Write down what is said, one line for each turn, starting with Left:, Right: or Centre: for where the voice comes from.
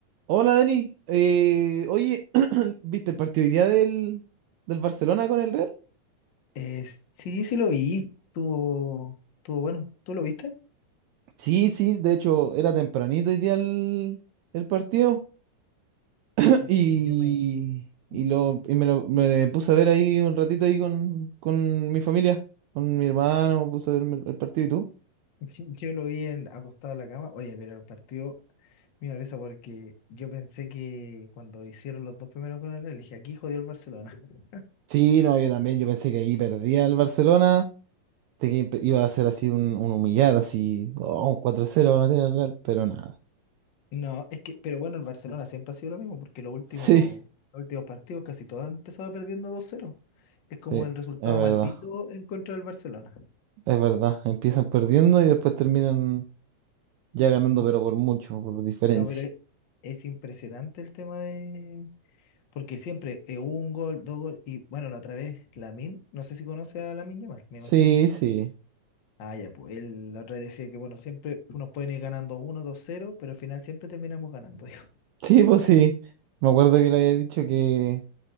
Right: Hola Denis, Eh, oye, <clears throat> ¿viste el partido hoy día del, del Barcelona con el Real?
Left: Eh, sí, sí lo vi. Tuvo, tuvo bueno. ¿Tú lo viste?
Right: Sí, sí, de hecho era tempranito hoy día el, el partido <clears throat>
Left: Me-
Right: y,
Left: yo me,
Right: y,
Left: ¿Mm?
Right: lo, y me lo me puse a ver ahí un ratito ahí con, con mi familia, con mi hermano, puse a ver el, el partido y tú.
Left: <laughs> yo lo vi en, acostado en la cama. Oye, pero el partido me dio risa porque yo pensé que cuando hicieron los dos primeros goles, le dije, aquí jodió el Barcelona. <laughs>
Right: Sí, no, yo también, yo pensé que ahí perdía el Barcelona, de que imp- iba a ser así un, un humillado, así, oh, un cuatro cero va a meter el Real, pero nada.
Left: No, es que, pero bueno, el Barcelona siempre ha sido lo mismo porque los últimos,
Right: Sí, sí,
Left: los últimos partidos casi todos empezaba perdiendo dos cero Es como
Right: es
Left: el resultado
Right: verdad.
Left: maldito en contra del Barcelona.
Right: Es verdad, empiezan perdiendo y después terminan ya ganando,
Left: No,
Right: pero por mucho, por diferencia.
Left: no, pero es, es impresionante el tema de Porque siempre eh, un gol, dos goles. Y bueno, la otra vez, Lamin, no sé si conoce a Lamin Yamal, me
Right: Sí,
Left: imagino que sí.
Right: sí. <laughs>
Left: Ah, ya, pues él la otra vez decía que bueno, siempre nos pueden ir ganando uno dos cero pero al final siempre terminamos ganando. <laughs> dijo.
Right: Sí, pues sí. Me acuerdo que le había dicho que,